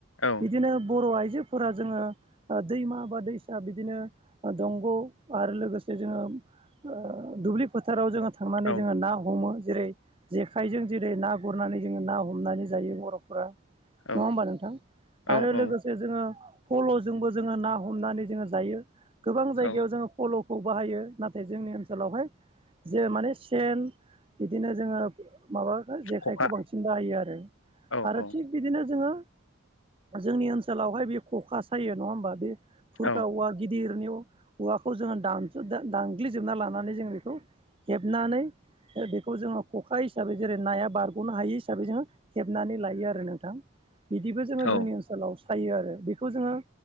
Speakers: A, on the left; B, on the right.
A: औ
B: बिदिनो बर' आइजोफोरा जोङो ओ दैमा बा दैसा बिदिनो दंग' आरो लोगोसे जोङो ओ दुब्लि फोथाराव जोङो थांनानै
A: औ
B: जोङो ना हमो जेरै जेखाइजों जेरै ना गुरनानै जोङो ना हमनानै जायो बर'फोरा नङा
A: औ
B: होमबा नोंथां
A: औ
B: आरो
A: औ
B: लोगोसे जोंङो फल'जोंबो जोंङो ना हमनानै जोंङो जायो गोबां जायगायाव
A: औ
B: जोंङो फल'खौ बाहायो नाथाय जोंनि ओनसोलावहाय जे माने सेन बिदिनो जोङो माबाखौ जेखाइखौ
A: खखा
B: बांसिन बाहायो आरो।
A: औ
B: आरो
A: औ
B: थिग बिदिनो जोङो जोंनि ओनसोलावहाय बे ख'खा सायो नङा होनबा बे खुरखा
A: औ
B: औवा गिदिरनि औवाखौ जोंङो दान दानग्लिजोबना लानानै जोंङो बे खौ हेबनानै बेखौ जोङो खखा हिसाबै जेरै नाया बारग'नो हायि हिसाबै जोङो हेबनानै लायो आरो नोंथां। बिदिबो जोङो
A: औ
B: जोंनि ओनसोल सायो आरो बेखौ जोंङो